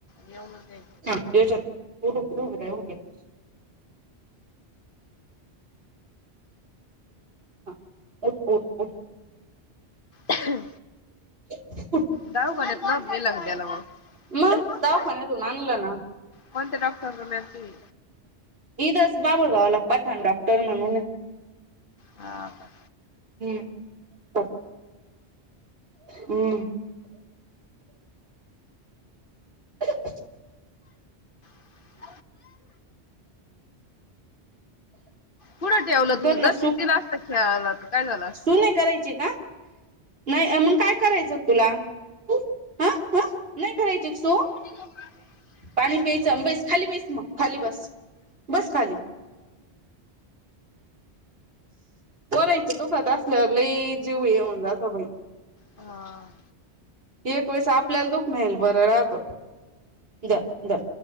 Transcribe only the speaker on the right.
त्याच्यात <inaudible> हा उठ उठ उठ.
ह <inaudible>
मग दवाखान्यातून आणलं ना
ईदच बाबुळगावला पठाण डॉक्टर म्हणून ने.
हम्म हम्म. अह अ.
कर
ना
तूल नाही करायची का? नाही ये मग काय करायचं तुला ह ह नाही करायची सु?
पाणी प्यायचं बस खाली बैस मग खाली बस बस खाली. पोरायचं दुखत असल्यावर लई जीव हे होऊन जातो बाई!
एक वेळेस आपल्याला दुखणं येयल बरं राहत. धर धर!